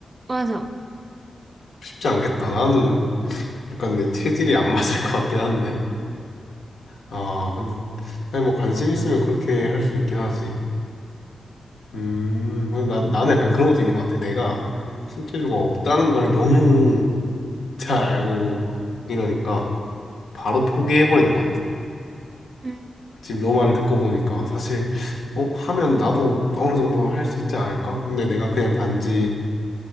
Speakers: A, on the right (about 30°); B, on the left (about 70°).
A: 맞아.
B: 쉽지 않겠다. 나는 약간 내 체질이 안 <laughs> 맞을 것 같긴 한데. 아, 근데, 아니, 뭐 관심 있으면 그렇게 할 수 있긴 하지. 음, 근데 나, 나는 약간 그런 것도 있는 것 같아. 내가 손재주가 없다는 걸 너무 <laughs> 잘 알고 이러니까 바로 포기해버리는 것 같아.
A: 음,
B: 지금 너 말을
A: 음.
B: 듣고 보니까 사실 어 하면 나도 어느 정도 할 수 있지 않을까? 근데 내가 그냥 단지